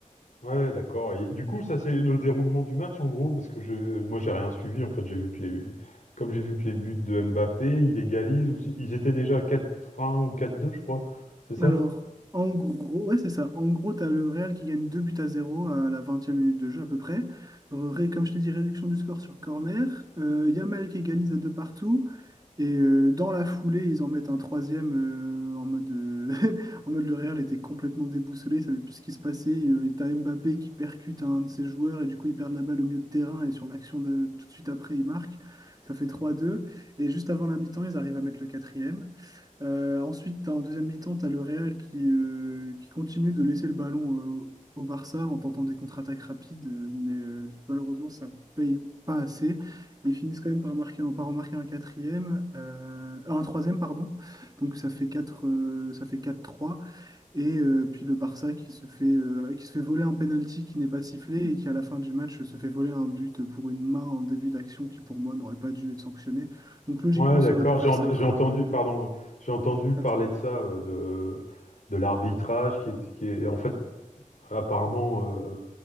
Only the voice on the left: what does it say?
Ouais, ouais, d'accord. Et du coup, ça, c'est le déroulement du match, en gros, parce que je, moi, j'ai rien suivi. En fait, j'ai vu que les, comme j'ai vu que les buts de Mbappé, il égalise, ou si- ils étaient déjà à 4-1 ou quatre deux, je crois. C'est ça?
Ouais, d'accord.
J'ai en-
j'ai
entendu,
pardon, j'ai entendu parler
de ça, euh, de, de l'arbitrage qui est, qui est, en fait, apparemment, euh,